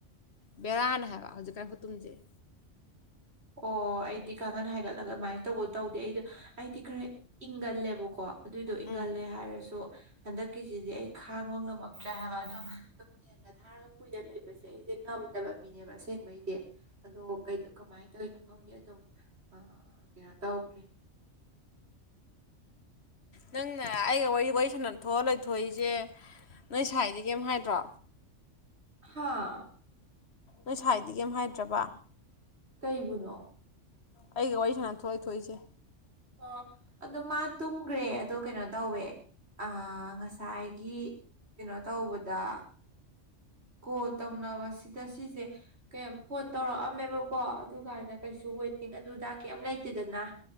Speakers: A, on the left; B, on the right.
A: ꯕꯦꯔꯥꯅꯦ ꯍꯥꯏꯕ ꯍꯧꯖꯤꯛꯀꯥꯟ ꯈꯨꯇꯨꯝꯖꯩ
B: ꯑꯣ ꯑꯩꯗꯤ ꯀꯥꯡꯒꯟ ꯍꯥꯏꯒꯠꯂꯒ ꯑꯃꯥꯏ ꯇꯧꯕ ꯇꯧꯗꯦ ꯑꯩꯗꯣ ꯑꯩꯗꯤ ꯈꯔ ꯏꯪꯒꯜꯂꯦꯕꯀꯣ ꯑꯗꯨꯏꯗꯣ ꯏꯪꯒꯜꯂꯦ
A: ꯎꯝ
B: ꯍꯥꯏꯔꯁꯨ ꯍꯟꯗꯛꯀꯤꯖꯤꯗꯤ ꯑꯩ ꯈꯥꯡꯕ ꯉꯝꯃꯛꯇ꯭ꯔꯦ ꯍꯥꯏꯕ ꯑꯗꯣ ꯑꯗꯨꯝ ꯍꯦꯟꯒ ꯊꯥꯔꯒ ꯀꯨꯏꯅ ꯂꯩꯕꯁꯦ ꯑꯩꯁꯦ ꯉꯝꯗꯕ ꯃꯤꯅꯦꯕ ꯑꯁꯦꯡꯕꯩꯗꯤ ꯑꯗꯣ ꯀꯩꯗ ꯀꯃꯥꯏ ꯈꯪꯗꯦ ꯑꯗꯨꯝ ꯑꯥ ꯀꯩꯅꯣ ꯇꯧꯈ꯭ꯔꯦ
A: ꯅꯪꯅ ꯑꯩꯒ ꯋꯥꯔꯤ ꯋꯥꯔꯤ ꯁꯥꯟꯅ ꯊꯣꯛꯑ ꯂꯩꯊꯣꯏꯖꯦ ꯅꯣꯏ ꯁꯥꯏꯗꯤ ꯀꯩꯏꯝ ꯍꯥꯏꯗ꯭ꯔꯣ
B: ꯍꯥꯥ
A: ꯅꯣꯏ ꯁꯥꯏꯗꯤ ꯀꯩꯏꯝ ꯍꯥꯏꯗ꯭ꯔꯕ
B: ꯀꯩꯕꯨꯅꯣ
A: ꯑꯩꯒꯤ ꯋꯥꯔꯤ ꯁꯥꯅꯊꯣꯛꯑ ꯂꯩꯊꯣꯏꯖꯦ
B: ꯑꯣ ꯑꯗꯣ ꯃꯥ ꯇꯨꯝꯒꯔꯦ ꯑꯗꯣ ꯀꯩꯅꯣ ꯇꯧꯋꯦ ꯑꯥ ꯉꯁꯥꯏꯒꯤ ꯀꯩꯅꯣ ꯇꯧꯕꯗ ꯀꯣꯜ ꯇꯧꯅꯕ ꯁꯤꯗ ꯁꯤꯖꯦꯀꯌꯥꯝ ꯐꯣꯟ ꯇꯧꯔꯛꯑ ꯃꯦꯕꯀꯣ ꯑꯗꯨ ꯀꯥꯏꯅ ꯀꯩꯁꯨ ꯋꯦꯇꯤꯡ ꯑꯗꯨꯗ ꯀꯩꯏꯝ ꯂꯩꯇꯦꯗꯅ